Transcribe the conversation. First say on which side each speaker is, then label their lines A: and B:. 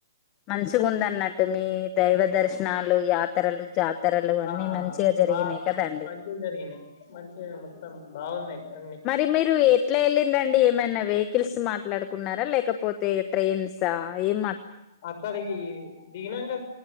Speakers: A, on the left; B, on the left.
A: మంచిగుందన్నట్టు, మీ దైవ దర్శనాలు యాత్రలు జా తరలు అన్నీ,
B: ఆ
A: మంచిగా జరిగినాయ్
B: బా
A: కదా అండి.
B: మంచిగా జరిగినాయి మంచిగా మొత్తం బాగున్నాయి అన్ని
A: మరి మీరు ఎట్లా ఎళ్ళింరండి. ఏమైనా వెకిల్అ హిల్స్ మాట్లాడుకున్నారా, లేకపోతే ట్రైన్స్ ఎం
B: అక్కడికి దిగినాంక